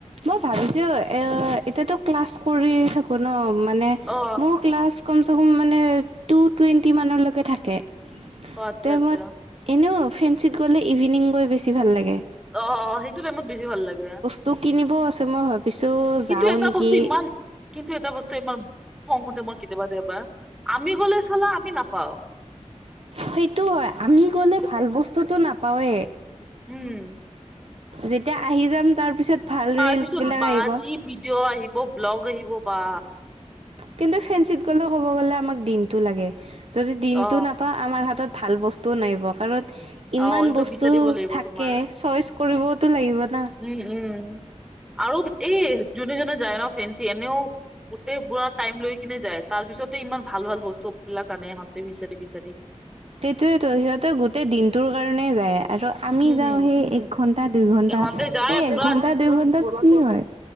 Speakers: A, on the right (about 55°); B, in the centre.
A: মই ভাবিছো এ এতিয়াতো ক্লাছ কৰি থাকো ন মানে
B: অ
A: মোৰ ক্লাছ কম চকম মানে টু টুয়েণ্টি মানলৈকে থাকে
B: আচ্ছা
A: টাইমত
B: আচ্ছা
A: এনেও ফেঞ্চিত গ'লে ইভিনিং গৈ বেছি ভাল লাগে
B: অ অ সেইটোত টাইমত বেছি ভাল লাগে
A: তো কিনিবও আছে মই ভাবিছোঁ
B: কিন্তু
A: যাওঁ
B: এটা
A: নিকি
B: বস্তু ইমান কিন্তু এটা বস্তু ইমান খং উঠে মই কেতিয়াবা কেতিয়াবা আমি গলে চালা আমি নাপাওঁ
A: সেইটো হয় আমি গলে ভাল বস্তুটো নাপাওৱে
B: উম
A: যেতিয়া আহি যাম তাৰ পিছত ভাল
B: তাৰপিছত
A: ৰিলচ বিলাক
B: বা
A: আহিব
B: যি ভিডিঅ' আহিব ব্লগ আহিব বা
A: কিন্তু ফেঞ্চিত গলো ক'ব গলে আমাক দিনটো লাগে যদি দিনটো
B: অ
A: নাপা আমাৰ হাতত ভাল বস্তুও নাহিব কাৰণ ইমান
B: অ একদম
A: বস্তু
B: বিচাৰিব লাগিব
A: থাকে
B: তোমাৰ
A: চইচ কৰিবতো লাগিব ন
B: উম উম আৰু এই জোনে জোনে যায় ন ফ্ৰেঞ্চি এনেও গোটেই পোৰা টাইম লৈ কিনে যায় তাৰ পিছতে ইমান ভাল ভাল বস্তুবিলাক আনে সিহঁতে বিচাৰি বিচাৰি
A: সেইটোৱেইটো সিহঁতে গোটেই দিনটোৰ কাৰণে যায়। আৰু আমি
B: উম
A: যাওঁ সেই একঘন্টা দুইঘন্টা
B: ইহঁতে যায়
A: সেই
B: পুৰা
A: একঘণ্টা দুই ঘন্টাত কি হয়?